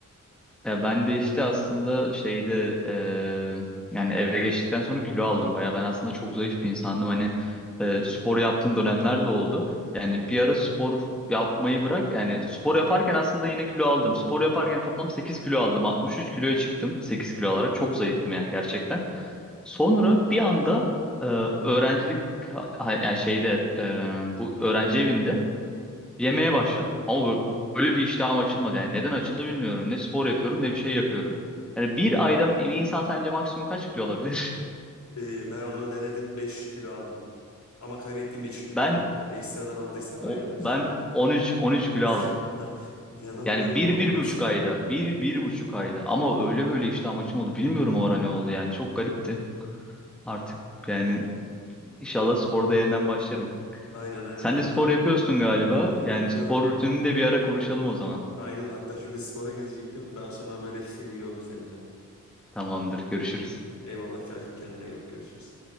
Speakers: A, in the centre; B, on the left.
A: Ya ben de işte aslında şeyde eee, yani eve geçtikten sonra kilo aldım. Baya ben aslında çok zayıf bir insandım. Hani eee, spor yaptığım dönemler de oldu. Yani bir ara spor yapmayı bırak. Yani spor yaparken aslında yine kilo aldım. Spor yaparken toplam 8 kilo aldım. 63 kiloya çıktım. sekiz kilo olarak çok zayıftım yani gerçekten. Sonra bir anda eee, öğrencilik ha- yani şeyde eee, bu öğrenci evinde Yemeye başladım. Ama bö- böyle bir iştahım açılmadı. Yani neden açıldı bilmiyorum. Ne spor yapıyorum ne bir şey yapıyorum. Yani bir ayda bir insan sence maksimum kaç kilo olabilir? <laughs>
B: Ee, ben onu denedim 5 kilo aldım. Ama kaybettiğim 5 kiloyu
A: Ben
B: aldım yani. Ekstradan aldıysan ayrı
A: o
B: mevzu.
A: ben 13 13 kilo aldım.
B: <laughs> İnanamıyorum
A: Yani bir,
B: abi
A: bir
B: 13
A: buçuk
B: kilo
A: ayda.
B: ne?
A: Bir, bir buçuk ayda. Ama öyle böyle iştahım açılmadı. Bilmiyorum o ara ne oldu yani. Çok garipti. Artık yani inşallah sporda yeniden başlarım.
B: Aynen aynen
A: Sen
B: hatta
A: de spor yapıyorsun galiba.
B: abi
A: Yani
B: yapıyorum.
A: spor rutinini
B: Ha-
A: de bir ara konuşalım o zaman.
B: Aynen hatta şimdi spora gidecektim. Daha sonra haberleşsek iyi olur seninle.
A: Tamamdır. Görüşürüz.
B: Eyvallah Kacım kendine iyi bak görüşürüz.